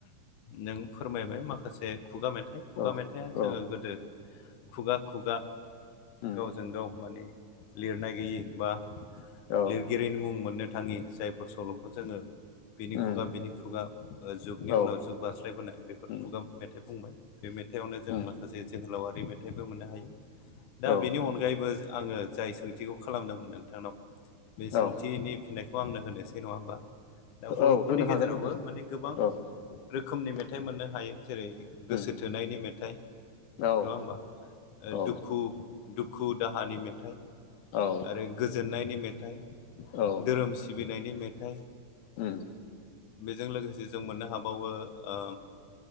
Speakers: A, on the left; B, on the left.
A: नों फोरमायबाय माखासे खुगा मेथाइ खुगा
B: औ
A: मेथाइआ जोङो
B: औ
A: गोदो खुगा खुगा
B: उम
A: गावजों गाव माने लिरनाय गैयि बा
B: औ
A: लिरगिरिनि मुं मोननो थाङि जायफोर सल'खौ जोङो बिनि
B: उम
A: खुगा बिनि खुगा जुगनि
B: औ
A: उनाव जुग बारास्लायबोनाय बेफोर
B: उम
A: खुगा मेथाइ बुंबाय। बे मेथाइआवनो जोङो
B: उम
A: माखासे जोहोलावारि मेथाइबो मोननो हायो दा
B: औ
A: बेनि अनगायैबो आङो जाय सोंथिखौ खालामदोंमोन नोंथांनाव बे सोंथिनि
B: औ
A: फिननायखौ आंनो होनोसै नङा होमबा? दा बर'फोरनि
B: औ होनो
A: गेजेरावबो
B: हागोन नोंथां
A: माने गोबां
B: औ
A: रोखोमनि मेथाइ मोननो हायो जेरै
B: उम
A: गोसो थोनायनि मेथाइ
B: औ
A: नङा होमबा ओ
B: औ
A: दुखु दुखु दाहानि मेथाइ
B: औ
A: आरो गोजोननायनि मेथाइ,
B: औ
A: धोरोम सिबिनायनि मेथाइ
B: उम।
A: बेजों लोगोसे जों मोननो हाबावो ओ